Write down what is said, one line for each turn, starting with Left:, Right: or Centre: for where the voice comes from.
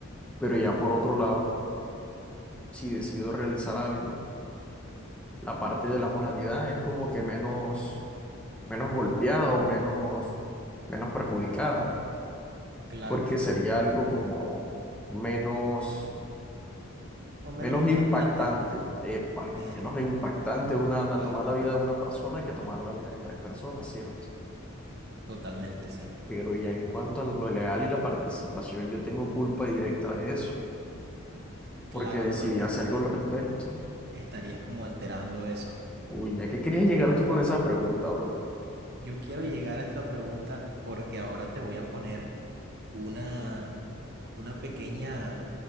Centre: Pero ya por otro lado, si decido realizar algo, la parte de la moralidad es como que menos, menos golpeada o menos, menos perjudicada,
Right: Claro.
Centre: porque sería algo como menos,
Right: O
Centre: menos
Right: menos impactante.
Centre: impactante, epa,
Right: eh,
Centre: menos impactante una, la,
Right: claro,
Centre: tomar la vida de una persona que tomar la vida de tres personas, ¿cierto?
Right: totalmente, sí.
Centre: Pero ya en cuanto a lo legal y la participación, yo tengo culpa directa de eso,
Right: Claro,
Centre: porque decidí
Right: porque
Centre: hacer algo
Right: est-
Centre: al respecto.
Right: estarías como alterando eso.
Centre: Uy, ¿a qué querías llegar tú con esa pregunta, bro?
Right: Yo quiero llegar a esa pregunta porque ahora te voy a poner una una pequeña,